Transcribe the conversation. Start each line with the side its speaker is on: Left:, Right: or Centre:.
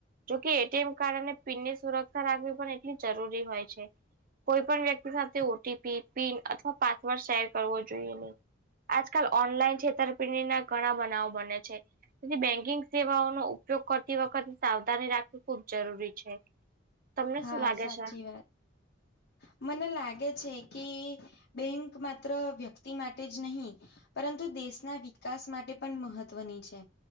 Right: જોકે એટીએમ કાર્ડ અને પિનની સુરક્ષા રાખવી પણ એટલી જરૂર હોય છે. કોઈ પણ વ્યક્તિ સાથે ઓટીપી, પિન અથવા પાસવર્ડ શેર કરવો જોઈએ નય આજકાલ ઓનલાઈન છેતરપિંડીના ઘણા બનાવો બને છે. <unintelligible> બેન્કિંગ સેવાઓનો ઉપયોગ કરતી વખતે સાવધાની રાખવી ખુબ જરૂરી છે. તમને
Left: હા
Right: શું લાગે
Left: સાચી
Right: છે?
Left: મને લાગે છે. કે બેંક માત્ર વ્યક્તિ માટે જ નહી પરંતુ દેશના વિકાસ માટે પણ મહત્વની છે.